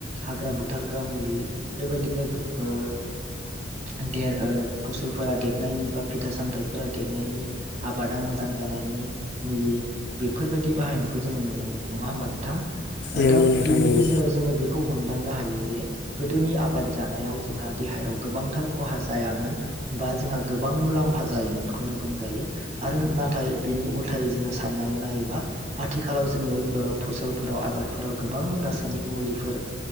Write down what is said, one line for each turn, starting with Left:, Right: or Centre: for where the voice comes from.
Right: हाग्रा बुथारग्रा मुलि बेबायदिनो गो ओ देर ओ फसलफोरा देरनायनि बा फिथाइ सामथाइफोरा देरनायनि आबादा मोजां जानायनि मुलि बेफोरबायदि बाहायनायखौ जोङो नुनो मोनो नङा होमबा नोंथां? ओ
Left: नंगौ
Right: दा
Left: नोंथां
Right: बेनि
Left: नंगौ
Right: गेजेराव जोङो बेखौ हम दांनो हायो जे गोदोनि आबाद जानायाव जोंहा देहायाव गोबांथार खहा जायामोन बा जोंहा गोबां मुलाम्फा जायोमोनखौनो बुंजायो आरो नाथाय बिनि उल्थायै जोङो साननानै नायोबा आथिखालाव जोङो ओ फसलफोराव आबादफोराव गोबां रासायनिक मुलिफोर